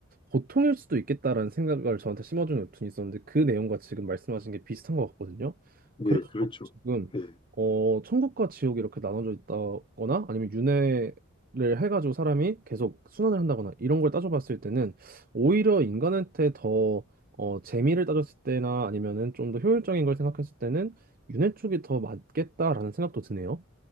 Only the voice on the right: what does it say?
고통일 수도 있겠다라는 생각을 저한테 심어준 웹툰이 있었는데 그 내용과 지금 말씀하신 게 비슷한 것 같거든요. 그래서
저도 지금
어 천국과 지옥이 이렇게 나눠져 있다거나 아니면 윤회를 해가지고 사람이 계속 순환을 한다거나 이런 걸 따져봤을 때는 오히려 인간한테 더 어, 재미를 따졌을 때나 아니면은 좀 더 효율적인 걸 생각했을 때는 윤회 쪽이 더 맞겠다라는 생각도 드네요.